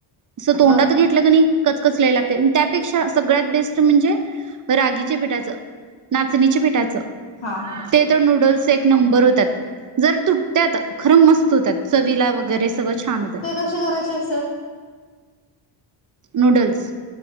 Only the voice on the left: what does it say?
बर
हा हा
ते कसे करायचे असत्यात?